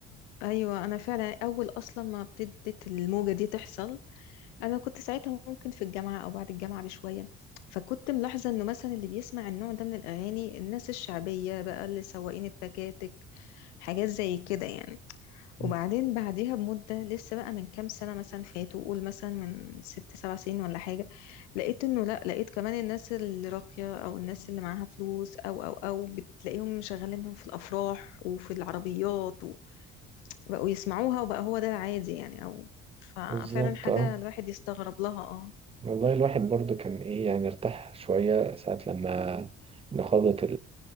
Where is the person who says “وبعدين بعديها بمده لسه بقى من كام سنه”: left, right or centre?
Left